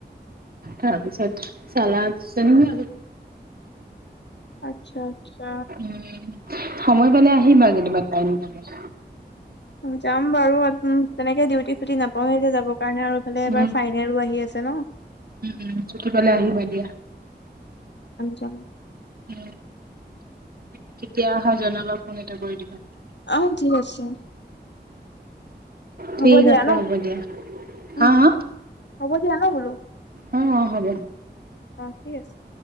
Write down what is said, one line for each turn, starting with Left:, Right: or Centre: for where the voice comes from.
Right: তাৰপিছত চালন <unintelligible>
Left: আচ্ছা আচ্ছা
Right: উ সময় পালে আহিম আৰু কেতিয়াবা টাইম পে
Left: যাম বাৰু উম তেনেকে ডিউটি চুটি নাপাওঁ সেই যে যাবৰ কাৰণে আৰুফালে এবাৰ
Right: উম
Left: ফাইনেলো আহি আছে ন।
Right: উ ছুটি পালে আহিবা দিয়া।
Left: য
Right: উ উ কেতিয়া আহাঁ জনাবা ফোন এটা কৰি দিবা <unintelligible>
Left: অহ, ঠিক আছে। হ'ব
Right: ঠিক
Left: দিয়া
Right: আছে
Left: ন
Right: হ'ব দিয়া
Left: উম
Right: হা -হা
Left: হ'ব দিয়া ন বোলো
Right: অহ -অহ হ'ব।
Left: অহ, ঠিক আছে।